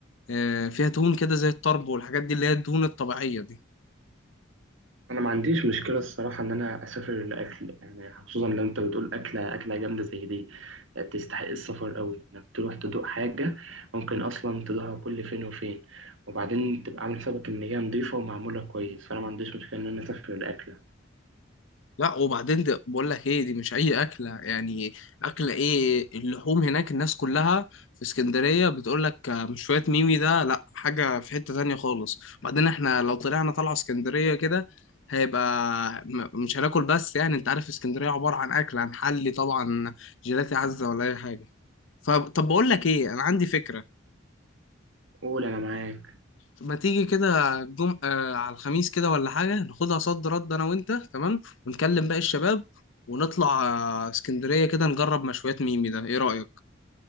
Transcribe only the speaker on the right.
انا ما عنديش مشكله الصراحه ان انا اسافر لاكل يعني خصوصا لو انت بتقول اكله اكله جامده زي دي يعني تستحق السفر قوي انك تروح تدوق حاجه ممكن اصلا تدوقها كل فين وفين وبعدين تبقى عامل حسابك ان هي نظيفه ومعموله كويس فانا ما عنديش مشكله ان انا اسافر لاكله
قول انا معاك